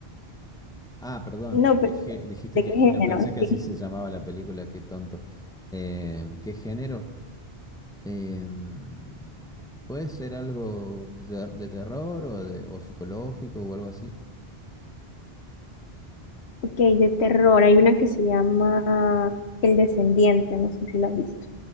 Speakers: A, in the centre; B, on the left (about 80°).
A: Ah, perdón,
B: No,
A: que
B: pero
A: gé- dijiste
B: ¿de
A: que
B: qué género?
A: género, pensé que
B: Sí.
A: así se llamaba la película, qué tonto. Em, ¿qué género? Em, ¿puede ser algo de, de terror o, de, o psicológico o algo así?
B: Ok, de terror. Hay una que se llama El Descendiente, no sé si la has visto.